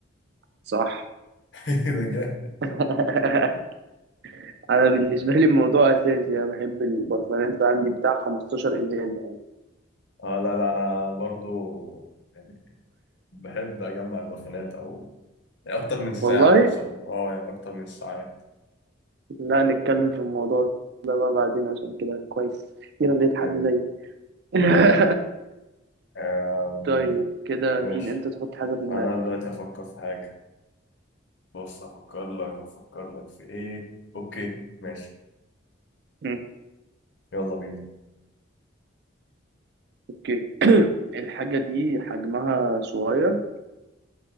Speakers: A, on the right; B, on the left.
A: صح
B: <laughs> ده جامد
A: <laughs> انا بالنسبه لي الموضوع اساسي انا بحب البرفانات عندي بتاع 15 ازاز يعني
B: اه لا لا انا برضو يعني بحب اجمع البرفانات او يعني اكتر من ساعة
A: والله
B: مثلا اه يعني اكتر من ساعات
A: لا نتكلم في الموضوع ده بقى بعدين عشان كده كويس اخيرا لقيت حد
B: حلو
A: زيي <laughs>
B: آم،
A: طيب كده
B: ماشي
A: مين انت تحط حاجه في دماغك
B: انا دلوقتي هفكر في حاجة بص هفكر لك هفكر لك في ايه اوكي ماشي
A: مم.
B: يلا بينا
A: اوكي <clears throat> الحاجه دي حجمها صغير